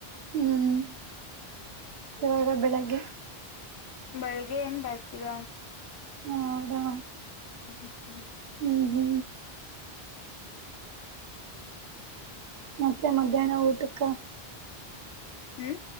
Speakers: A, on the right (about 80°); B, on the left (about 80°).
A: ಹ್ಮ್ ಇವಾಗ ಬೆಳಗ್ಗೆ
B: ಬೆಳಗ್ಗೆ ಏನ್ ಬರ್ತೀರ
A: ಹೌದಾ
B: ಹ್ಮ್್ಮ
A: ಹ್ಮ ಹ್ಮ ಮತ್ತೆ ಮಧ್ಯಾಹ್ನ ಊಟಕ್ಕ
B: ಹ್ಮ್